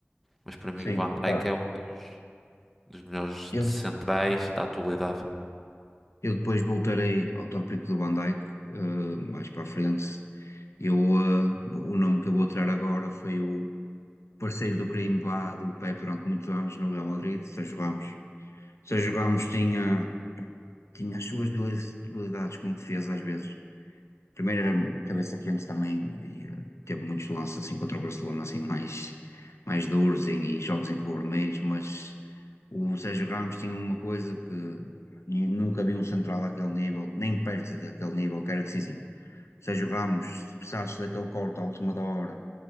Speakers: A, in the centre; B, on the left.
A: Mas para mim
B: sim,
A: o Van
B: opá.
A: Dijk é um dos, dos melhores
B: Eu,
A: centrais da atualidade.
B: eu depois voltarei ao tópico do Van Dijk, eh, mais para a frente. Eu, eh, o nome que eu vou tirar agora foi o por sair do crimbá do Pepe durante muitos anos no Real Madrid, Sérgio Ramos. Sérgio Ramos tinha, tinha as suas habilidades como defesa às vezes. Primeiro era cabeça quente também e eh, teve muitos lances assim contra o Barcelona assim mais, mais duros em- e jogos em que levou vermelhos, mas o Sérgio Ramos tinha uma coisa que ni- nunca vi um central àquele nível, nem perto daquele nível, que era decisivo. Sérgio Ramos, se precisasse daquele corte à última hora